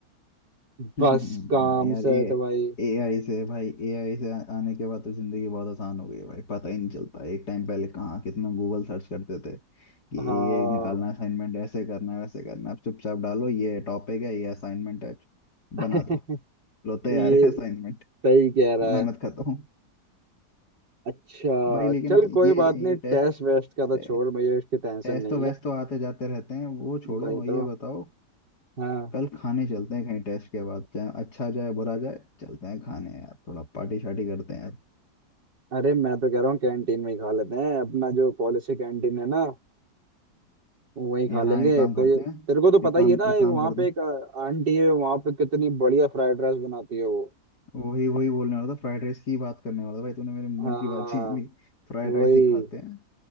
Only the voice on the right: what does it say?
बस
काम
सेट
भाई
हाँ
<laughs>
ये
सही कह रहा
है
अच्छा
चल कोई
बात नहीं
टेस्ट वेस्ट का
तो छोड़ मुझे इसकी टेंशन
नहीं
है
वही
तो
हाँ
अरे मैं तो कह रहा हूँ कैंटीन में ही खा लेते हैं अपना जो कॉलेज की कैंटीन है ना वहीं खा
लेंगे
तो
ये
तेरे को तो
पता
ही है ना
एक
वहाँ
पे
एक अ, आंटी है वहाँ पे कितनी बढ़िया फ्राइड राइस बनाती है वो
हाँ
वही